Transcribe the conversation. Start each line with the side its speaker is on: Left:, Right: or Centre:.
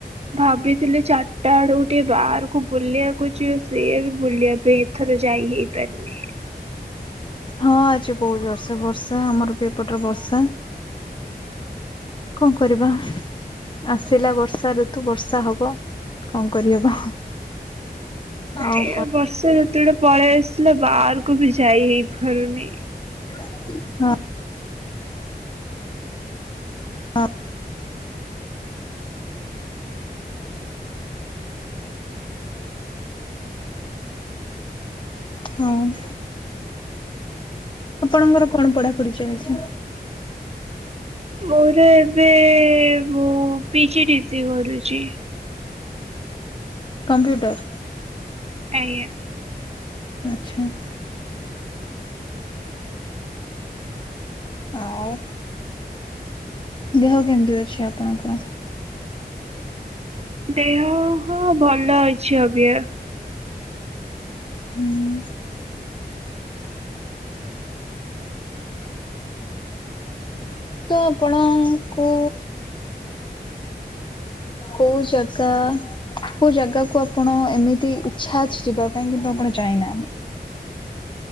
Right: ଭାବିଥିଲେ ଚାରିଟା ଆଡୁ ଟିକେ ବାହାରକୁ ବୁଲିବାକୁ ଯିବ ସିଏ ବି ବୁଲିବା ପାଇଁ। ଥର ଯାଇ ହେଇ ପାରିନି।
Left: ହଁ ଆ ଛି ବହୁତ ଜୋରେ ବର୍ଷା ଆମର ବି ଏପଟରେ ବର୍ଷା କଣ କରିବା। ଆସିଲା ବର୍ଷା ଋତୁ ବର୍ଷା ହବ କଣ କରିହବ। ଆଉ
Right: ଏ
Left: କଣ
Right: ଆ ବର୍ଷା ଋତୁଟା ପଳେଇ ଆସିଲା ବାହାରକୁ ବି ଯାଇ ହେଇ ପାରୁନି।
Left: ହଁ <unintelligible> <inaudible> <inaudible> ହଁ <unintelligible> ଆପଣଙ୍କର କଣ ପଢାପଢି ଚାଲ୍ଚି?
Right: ମୋର ଏବେ ଏବେ ମୁଁ ପିଜି ଡି ସି ଏ କରୁଚି।
Left: କମ୍ପ୍ୟୁଟର୍?
Right: ଆଜ୍ଞା।
Left: ଆଚ୍ଛା। ଆଉ ଦେହ କେମ୍ତି ଅଛି ଆପଣଙ୍କର?
Right: ଦେହ ହ ଭଲ ଅଛି ଅବିକା।
Left: ହୁଁ। ତ ଆପଣଙ୍କୁ କୋଉ ଜାଗା କୋଉ ଜାଗାକୁ ଆପଣ ଏମିତି ଇଚ୍ଛା ଅଛି ଯିବା ପାଇଁ କିନ୍ତୁ ଆପଣ ଯାଇନାହାନ୍ତି?